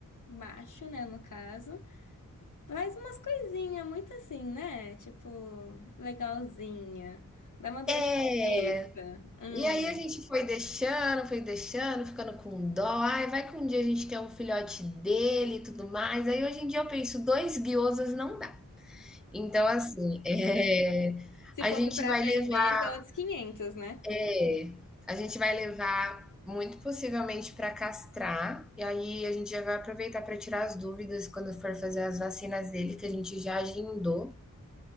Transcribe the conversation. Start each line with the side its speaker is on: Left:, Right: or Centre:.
Left: macho, né, no caso, faz umas coisinhas muito assim, né? Tipo, legalzinha. Dá uma dor
Centre: É,
Left: de cabeça. Hum.
Centre: E aí a gente foi deixando, foi deixando, ficando com dó. Ai, vai que um dia a gente quer um filhote dele e tudo mais. Aí hoje em dia eu penso, dois guiosas não dá. Então, assim, <laughs> é,
Left: Se
Centre: a
Left: fosse
Centre: gente
Left: pra
Centre: vai
Left: vender,
Centre: levar,
Left: já é outros quinhentos, né?
Centre: é, a gente vai levar muito possivelmente para castrar. E aí a gente já vai aproveitar para tirar as dúvidas quando for fazer as vacinas dele, que a gente já agendou.